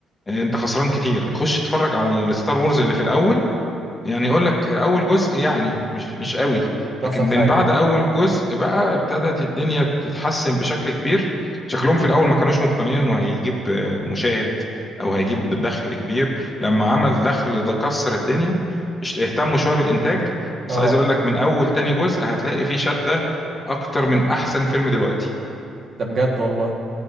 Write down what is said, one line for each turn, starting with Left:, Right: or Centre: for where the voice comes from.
Left: آه، انت خسران كتير خش اتفرج على الستار وورز اللي في الاول يعني يقول
Right: مم.
Left: لك اول جزء يعني مش مش قوي لكن
Right: مش أحسن حاجة
Left: من بعد اول جزء بقى ابتدت الدنيا بتتحسن بشكل كبير شكلهم
Right: مم.
Left: في الاول ما كانوش مقتنعين انه هيجيب مشاهد او هيجيب دخل كبير لما عمل دخل ده كسر الدنيا مش اهتموا شويه بالانتاج بس
Right: اه
Left: عايز اقول لك من اول تاني جزء هتلاقي فيه شده اكتر من احسن فيلم دلوقتي
Right: ده بجد والله